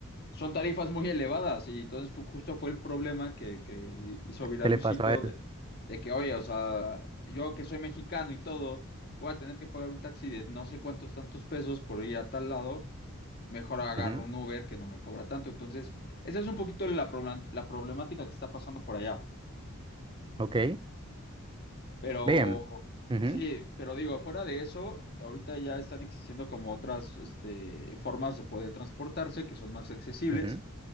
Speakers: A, on the left; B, on the right.
A: son tarifas muy elevadas y entonces fu- justo fue el problema que, que hizo viral
B: ¿Qué le
A: Luisito
B: pasó a él?
A: de, de que, oye, o sea, yo que soy mexicano y todo, voy a tener que pagar un taxi de no sé cuántos tantos pesos por ir a tal lado, mejor agarro
B: Ujú.
A: un Uber que no me cobra tanto. Entonces, esa es un poquito la, problemá- la problemática que está pasando por allá.
B: Ok.
A: Pero,
B: Bien. Ujú,
A: sí, pero digo, fuera de eso, ahorita ya están existiendo como otras este, formas de poder transportarse que son más accesibles.
B: ujú,